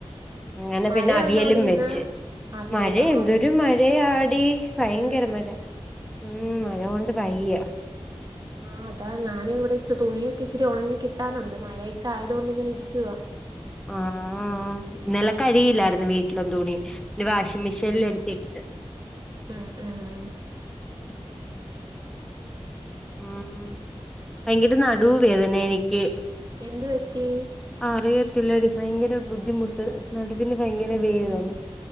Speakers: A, in the centre; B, on the right.
A: അങ്ങനെ
B: മഴയുണ്ടോടി
A: പിന്നെ അവിയലും
B: ഇന്ന്?
A: വെച്ചു.
B: അവിയലോ
A: മഴ എന്തൊരു
B: ആഹ്
A: മഴയാടി ഭയങ്കര
B: ഉം
A: മഴ. ഉം മഴകൊണ്ട് വയ്യ.
B: ആഹ് അതാ ഞാനും ഇവിടെ ഇച്ച തുണിയൊക്കെ ഇച്ചിരി ഉണങ്ങി കിട്ടാനുണ്ട് മഴയൊക്കെ ആയതുകൊണ്ടിങ്ങനെ ഇരിക്കുവ
A: ആഹ്. ഇന്നല്ലെ കഴിയില്ലായിരുന്നു വീട്ട്ലം തുണി പിന്നെ വാഷിംഗ് മെഷീനിൽ എടുത്തിട്ട്.
B: ഉം ഉം ഉം
A: ഉം ഭയങ്കര നടുവ് വേദന എനിക്ക്.
B: എന്തുപറ്റി?
A: ആഹ് അറിയത്തില്ലടി ഭയങ്കര ബുദ്ധിമുട്ട്. നടുവിന് ഭയങ്കര
B: ഉം
A: വേദന.